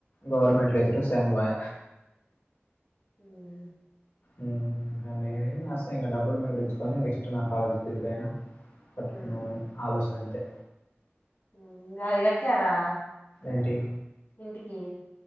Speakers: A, on the left; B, on the left.
A: గవర్నమెంట్ లేసె సెమ్ బాయె
B: ఊ
A: ఊమ్ ఇగ నేనే ఏస్త ఇంగ డబ్బులు మిగిలిచ్చుకొని నెక్స్ట్ నా కాలేజ్ ఫీజుకైనా కట్టుకుందామని
B: ఆ
A: ఆలోచన అంతె
B: ఊ నాది గట్యారా?
A: ఏంటి
B: ఇంటికి